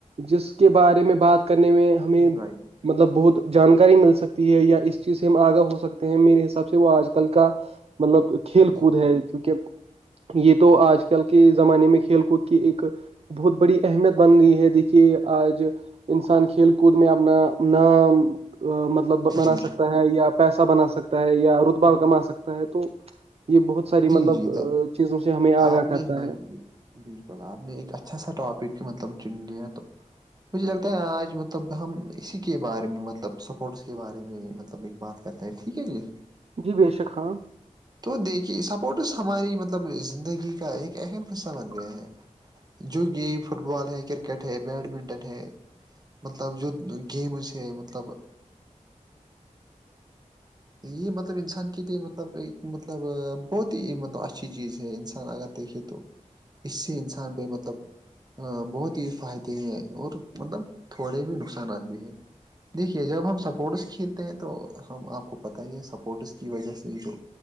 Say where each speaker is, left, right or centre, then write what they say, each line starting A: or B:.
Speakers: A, on the right; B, on the right.
A: جس کے بارے میں بات کرنے میں
B: جی
A: ہمیں
B: بھائی
A: مطلب بہت جانکاری مل سکتی ہے یا اس چیز سے ہم آگاہ ہو سکتے ہیں میرے حساب سے وہ آج کل کا مطلب کھیل
B: جی
A: کود
B: جی
A: ہے چونکہ یہ تو آج کل کے زمانے میں کھیل کود کی ایک بہت بڑی اہمیت بن گئی ہے دیکھیے آج انسان کھیل کود میں اپنا نام مطلب بنا
B: جی
A: سکتا ہے یا پیسہ بنا سکتا ہے یا رتبہ کما سکتا ہے تو یہ بہت ساری
B: جی
A: مطلب
B: جی تو
A: چیزوں سے ہمیں آگاہ
B: آپ نے
A: کرتا
B: ہاں
A: ہے
B: جی بال- بالکل آپ نے ایک اچھا سا ٹاپک مطلب چن لیا تو مجھے لگتا ہے آج مطلب ہم اسی کے بارے میں مطلب سپورٹس کے بارے میں مطلب ایک بات کہتے ہیں ٹھیک ہے جی
A: جی بیشک ہاں
B: تو دیکھیے سپورٹس ہماری مطلب زندگی کا ایک اہم حصہ بن گیا ہے جو کہ فٹ بال ہے کرکٹ ہے بیڈمنٹن ہے مطلب یہ گیمز ہے مطلب یہ مطلب انسان کے لیے مطلب ایک مطلب بہت ہی مطلب اچھی چیز ہے انسان انان اگر دیکھے تو اس سے انسان پہ مطلب بہت ہی فائدے ہیں اور مطلب تھوڑے بھی نقصانات بھی ہیں دیکھیے جب ہم سپورٹس کھیلتے ہیں تو ہم آپ کو پتہ ہی ہے سپورٹس کی وجہ سے جو